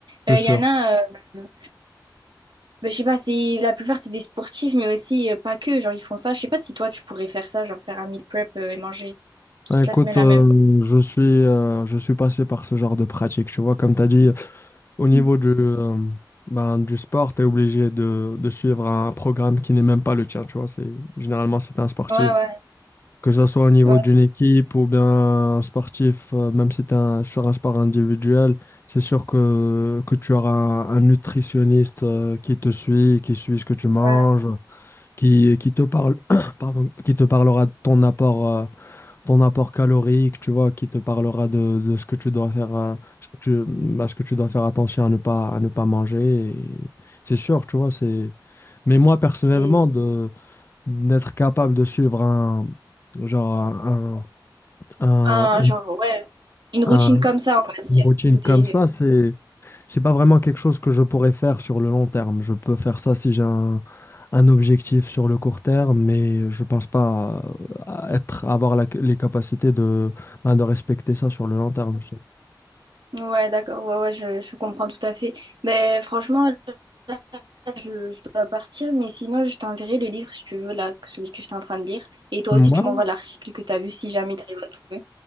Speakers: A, on the left; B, on the right.
A: c'est
B: Euh,
A: sûr.
B: Il y en a, euh, ben, je sais pas, c'est, la plupart, c'est des sportifs, mais aussi euh, pas que. Genre, ils font ça. Je sais pas si toi, tu pourrais faire ça, genre, faire un meal prep euh, et manger
A: Ben,
B: toute
A: écoute,
B: la semaine la
A: euh,
B: même.
A: je suis, euh, je suis passé par ce genre de pratique, tu vois, comme t'as dit. Au niveau
B: Mm.
A: du, euh, ben, du sport, tu es obligé de, de suivre un programme qui n'est même pas le tien, tu vois. C'est, généralement, c'est un sportif.
B: Ouais, ouais,
A: Que ce soit au niveau
B: ouais,
A: d'une équipe ou bien un sportif, euh, même si tu un, sur un sport individuel, c'est sûr que, que tu auras un, un nutritionniste euh, qui te suit, qui suit ce que tu manges,
B: ouais.
A: qui, qui te parle, <coughs> <clears throat> pardon, qui te parlera de ton apport. euh, ton apport calorique, tu vois, qui te parlera de, de ce que tu dois faire, euh, ce que tu, bah, ce que tu dois faire attention à ne pas, à ne pas manger. et C'est sûr, tu vois, c'est... Mais moi, personnellement,
B: C'est c'est
A: de, d'être capable de suivre un, genre, un, un-
B: un, genre, ouais, une routine
A: un- un-
B: comme ça, on va dire.
A: une routine
B: C'était.
A: comme ça, c'est... C'est pas vraiment quelque chose que je pourrais faire sur le long terme. Je peux faire ça si j'ai un, un objectif sur le court terme, mais je pense pas à- à être, avoir la- les capacités de, ben, de respecter ça sur le long terme.
B: Ouais, d'accord, ouais, ouais, je, je comprends tout à fait. Mais franchement, là, je, je dois partir, mais sinon, je t'enverrai le livre si tu veux, là, celui que j'étais en train de lire. Et toi
A: Moi,
B: aussi, tu m'envoies l'article que tu as vu si jamais tu arrives à le trouver.